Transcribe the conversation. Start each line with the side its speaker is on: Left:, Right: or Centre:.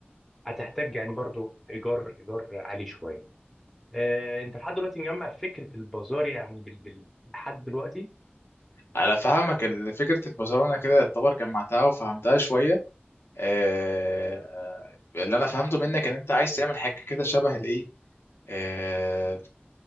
Centre: هتحتاج يعني برضو ايجار ايجار عالي شوية آه، انت لحد دلوقتي مجمع فكرة البازار يعني بال- بال- لحد دلوقتي
Left: على فهمك ال- فكره البازار انا كده يعتبر جمعتها وفهمتها شويه آه، اللي انا فهمته منك ان انت عايز تعمل حاجه كده شبه الايه آه،